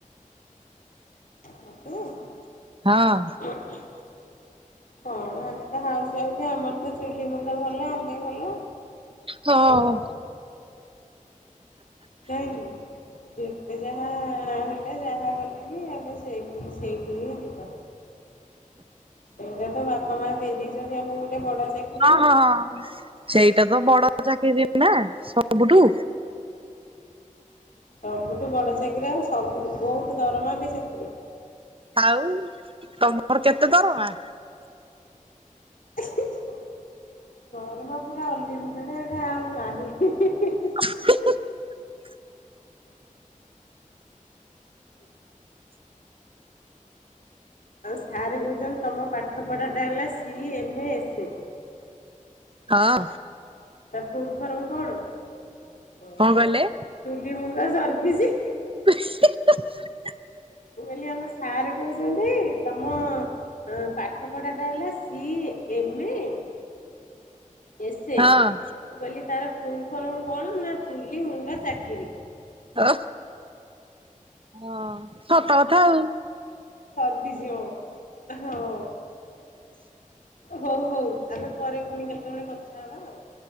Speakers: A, on the left (about 80°); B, on the right (about 40°).
A: ମତେ <unintelligible>
B: ହଁ।
A: <inaudible> କଣ ଆମେ ତ ହାଉସ ୱାଇଫ ଆମର ତ ଚୁଲି ମୁଣ୍ଡ ଭଲ ଆମେ ଭଲ।
B: ହଁ।
A: ଆଉ ନାଇଁ ଯେତେ ଯାହା ହେଲେ ଯାହା କଲେ ବି ଆମେ ସେଇଠି ସେଇ ଇ ଯିବା ସେଇଟା ତ ବାପା ମା ଦେଇଦେଇଛନ୍ତି ଆମକୁ ଗୋଟେ ବଡ ଚାକିରି
B: ହଁ
A: ଆଉ।
B: ହଁ ହଁ ସେଇଟା ତ ବଡ ଚାକିରି ନା ସବୁଠୁ
A: ସବୁଠୁ ବଡ଼ ଚାକିରିଆ ସବୁ ବହୁତ ଦରମା ବି ସେଥିରେ।
B: ଆଉ ତମର କେତେ ଦରମା?
A: <inaudible> ଦରମା ପୁରା ଅନଲିମିଟେଡ ଏଟା ଆଉ ନାହିଁ।
B: <inaudible>
A: <inaudible> <unintelligible> ସାର ଜନ୍ ତମ ପାଠ ପଢାଟା ହେଲା ସି ଏମେ ଏସେ।
B: ହଁ।
A: ତା ଫୁଲ ଫର୍ମ କଣ
B: କଣ କହିଲେ?
A: ଚୁଲି ମୁଣ୍ଡା ସର୍ଭିସ୍।
B: <inaudible>
A: ମୁଁ କହିଲି ଆମ ସାର୍ କହୁଛନ୍ତି ତମ ପାଠ ପଢା ଟା ହେଲା ସି ଏମେ ଏସେ।
B: ହଁ।
A: କହିଲ ତାର ଫୁଲ ଫର୍ମ କଣ ନା ଚୁଲି ମୁଣ୍ଡ ଚାକିରି।
B: ଓ ହ ସତ କଥା ଆଉ।
A: ସବିଶି ହଁ ହଁ। ହଉ ହଉ ଆମେ ପରେ ପୁଣି କେତେବେଳେ କଥା ହବା ଆଉ।